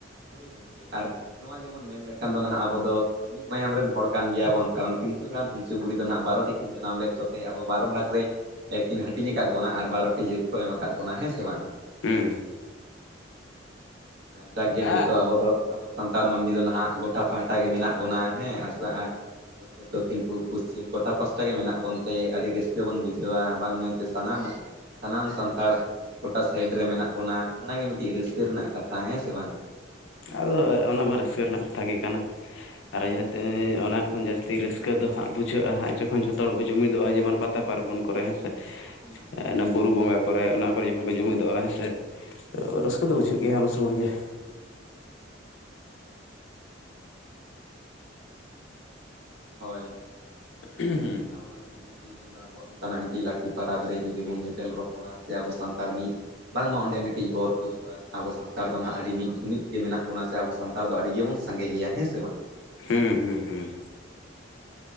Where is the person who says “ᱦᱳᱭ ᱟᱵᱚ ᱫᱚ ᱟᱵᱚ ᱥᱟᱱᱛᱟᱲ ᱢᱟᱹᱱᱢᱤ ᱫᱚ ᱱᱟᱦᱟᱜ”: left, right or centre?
Right